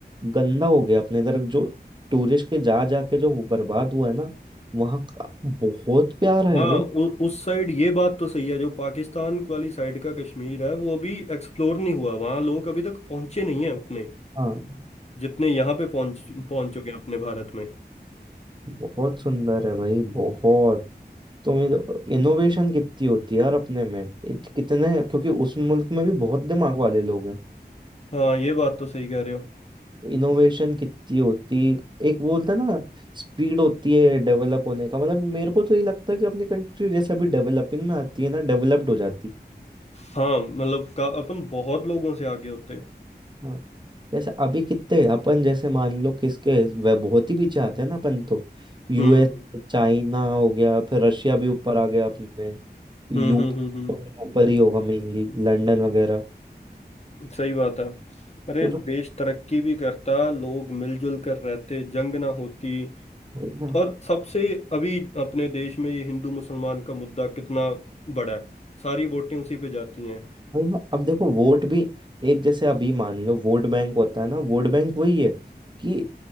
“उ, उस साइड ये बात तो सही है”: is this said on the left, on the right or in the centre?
Left